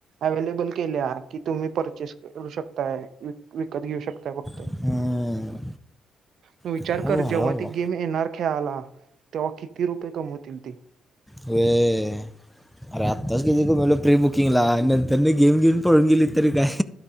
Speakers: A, on the right (about 65°); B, in the centre.
A: अवेलेबल केल्या, की तुम्ही पवर्चेस करू शकताय, विकत घेऊ शकताय फक्त,
B: हम्म.
A: तू विचार
B: हा
A: कर,
B: बुवा, अरे
A: जेव्हा
B: बाबा
A: ती गेम येणार खेळाला, तेव्हा किती, रुपये कमवतील ते.
B: हे, अरे आत्ताच किती कामलो, प्रीबुकिंगला, नंतर न गेम घेऊन, पळून गेली तरी काय,